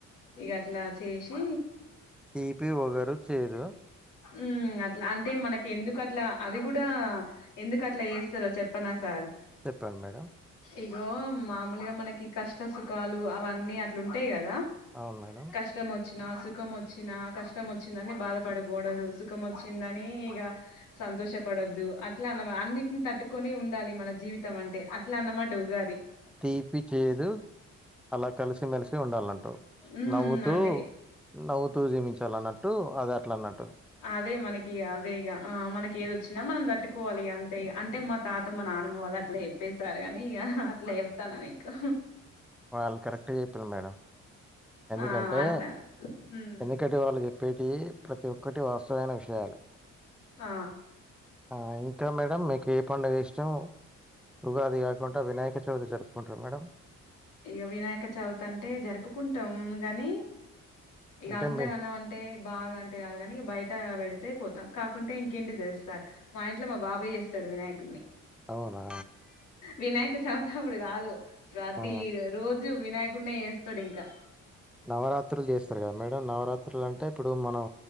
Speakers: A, on the left (about 85°); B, in the centre.
A: ఇగట్లా అ చేసి
B: తీపి ఒగరు చేదు
A: ఉ అట్లా అంటే మనకి ఎందుకు అట్లా అది కూడా ఎందుకు అట్లా చేస్తారో చెప్పనా సార్
B: చెప్పడి మేడం
A: ఇగో మామూలుగా మనకి కష్ట సుఖాలు అవన్నీ అట్లుంటాయి కదా
B: అవును మేడం
A: కష్టం వచీన అ సుఖం వచ్చు వచ్చినా కష్టం వచ్చిందని బాధపడ కడదు సుఖం వచ్చిందని ఇక సంతోషపడద్దు అట్లా అన్నమా అన్నిటిని తట్టుకొని ఉండాలి మన జీవితం అంటే అట్లా అన్నమాట ఉగాది.
B: తీపి చేదు అలా కలిసి మలిసి ఉండాలంట
A: ఉమ్
B: నవ్వుతూ
A: ఉమ్ అంతే
B: నవ్వుతూ జీవించ చలా అన్నట్టు అది అట్లా అన్నట్ట
A: అదే మనకిక అదే ఇక ఆ మనకి వచ్చినా మనం దట్టుకోవాలి అంతే అంటే మా తాత మా నానమ్మ వాళ్ళు అట్లా చెప్పేశారు గానీ అట్లా చెప్తాన్న మీకు
B: వాళ్ళు కరెక్ట్గా చెప్పను మేడం ఎందుకంటే
A: ఆ అట్లా ఉమ్
B: ఎనుకంటే వాళ్ళు చెప్పేటి ప్రతి ఒక్కటి వాస్తవైన విషయాలు
A: ఆ
B: ఆ ఇంకా మేడం మీకు ఏ పండుగ ఇష్టం ఉగాది కాకుండా వినాయక చవితి జరుపుకుంటార మేడం
A: ఇగ వినాయక చవితి అంటే జరుపుకుంటాం గాని ఇగ
B: అంటే
A: అంత
B: మీ
A: కనం అంటే బాగా అంటే కాదు కాని బయట తే పోతాం కాకుంటే ఇంకేంటి తెలుస్తారు మా ఇంట్లో మా బాబాయ్య చేస్తాడు వినాయకుని
B: అవునా!
A: వినాయక చితపుడుకదు గా
B: ఆ!
A: తీరు రోజు వినాయకుడినే చేస్తాడు ఇంకా
B: నవరాత్రులు చేస్తారు కదా మేడం నవరాత్రులు అంటే ఇప్పుడు మనం